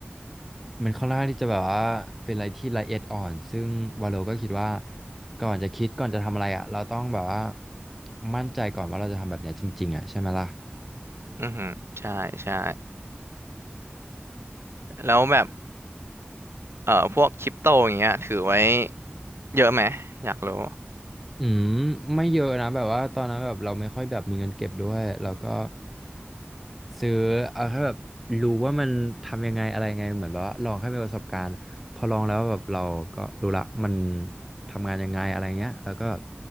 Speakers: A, in the centre; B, on the right.
A: มันค่อนข้างที่จะแบบว่าเป็นอะไรที่ละเอียดอ่อนซึ่งวาโลก็คิดว่าก่อนจะคิดก่อนจะทำอะไรอ่ะเราต้องแบบว่ามั่นใจก่อนว่าเราจะทำแบบเนี้ยจริงๆอ่ะใช่ไหมล่ะ
B: อือหือใช่ใช่แล้วแบบเอ่อพวกคริปโตอย่างเงี้ยถือไว้เยอะไหมอยากรู้
A: อืมไม่เยอะนะแบบว่าตอนนั้นแบบเราไม่ค่อยแบบมีเงินเก็บด้วยแล้วก็ซื้อเอาแค่แบบรู้ว่ามันทำยังไงอะไรไงเหมือนแบบว่าลองแค่มีประสบการณ์พอลองแล้วแบบเราก็รู้ละมันทำงานยังไงอะไรเงี้ยแล้วก็แบบ